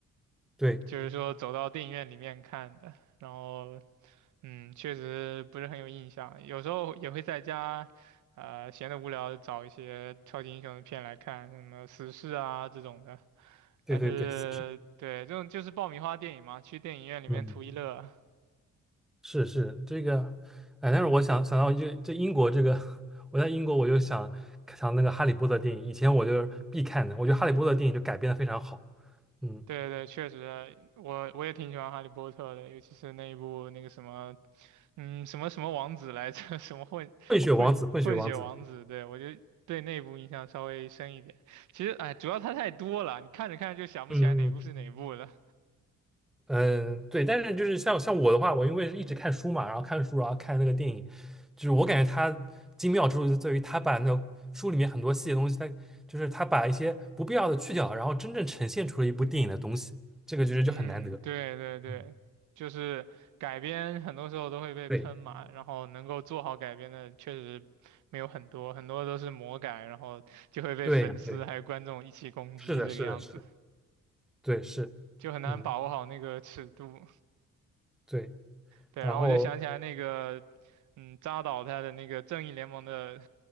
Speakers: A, in the centre; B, on the right (about 75°).
A: 对
B: 就是说走到电影院里面看的，然后。嗯，确实不是很有印象，有时候也会在家，呃，闲得无聊找一些超级英雄的片来看，什么死侍啊这种的。
A: 对对对，
B: 但是，
A: 四十
B: 对，这种就是爆米花电影嘛，去电影院里面图一乐。
A: 嗯是是这个，哎，但是我想想到这这英国这个，<laughs> 我在英国我就想想那个《哈利波特》电影，以前我就是必看的，我觉得《哈利波特》电影就改编的非常好，嗯，
B: 对对，确实，我我也挺喜欢哈利波特的，尤其是那一部那个什么，嗯，什么什么王子来着，<laughs> 什么混混混血王子，
A: 《混血王子》，《混血王子》，
B: 对，我就对那部印象稍微深一点。其实，哎，主要它太多了，你看着看着就想不起来哪部是哪部了。
A: 嗯嗯嗯，对，但是就是像像我的话，我因为是一直看书嘛，然后看书，然后看那个电影，就是我感觉它精妙之处就在于它把那个书里面很多细节东西，它就是它把一些不必要的去掉，然后真正呈现出了一部电影的东西，这个就是就很难得，
B: 嗯，对对对，
A: 嗯
B: 就是改编很多时候都会被喷嘛，
A: 对
B: 然后能够做好改编的确实没有很多，很多都是魔改，然后就会被粉丝还有观众一起攻击这个样子，
A: 对对。是的，是的，是的，对，是，
B: 就很难把握好那个尺度。
A: 嗯，对。
B: 对，
A: 然后
B: 然后我就想起来那个，嗯，扎导他的那个《正义联盟》的